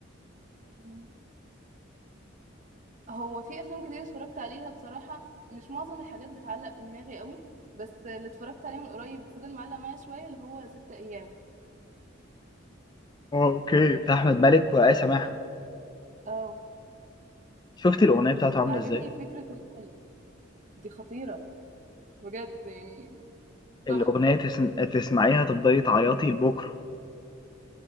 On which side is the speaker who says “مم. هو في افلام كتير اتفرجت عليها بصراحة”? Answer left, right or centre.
Right